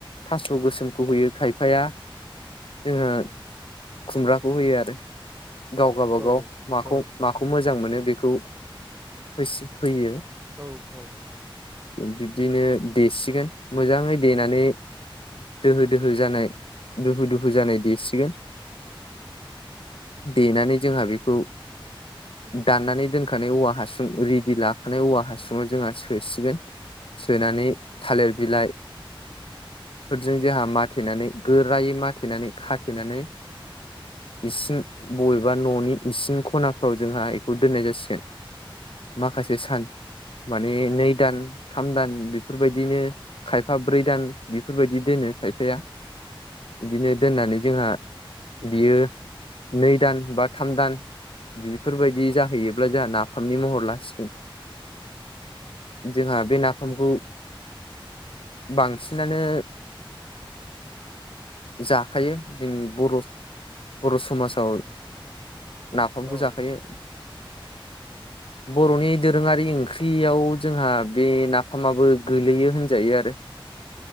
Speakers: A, on the left; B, on the right.
A: थास' गोसोमखौ होयो खायफाया जोंङो खुमब्राखौ होयो आरो गाव गबागाव
B: औ
A: माखौ माखौ खौ मोजां मोनो बेखौ फसि फैयो
B: औ औ
A: बिब्दिनो देसिगोन मोजांङै देनानै दोहो दोहो जानाय दुहु दुहु जानाय देसिगोन देनानै जोंहा बेखौ दाननानै दोनखानाय औवा हासुं रेडि लाखानाय औवा हासुं जोंहा सोसिगोन सोनानै थालिर बिलाइ फोरजों जोंहा माथेनानै गोरायै माथेनानै खाथेनानै इसिं बबेबा न'नि इसिं खनाफ्राव जोंहा बेखौ दोननाय जासिगोन माखासे सान माने नै दान थाम दान बेफोरबायदिनो खायफा ब्रै दान बेफोरबायदि दोनो खायफाया बिदिनो दोननानै जोंहा बियो नै दान बा थाम दान बिफोरबायदि जाहैयोब्ला जोंहा नाफामनि महर लासिगोन जोंहा बे नाफामखौ बांसिनानो जाखायो जों बर' बर' समाजाव नाफामखौ
B: औ
A: जाखायो
B: औ
A: बर'नि दोरोङारि ओंख्रि याव जोंहा बे नाफामाबो गोलैयो होनजायो आरो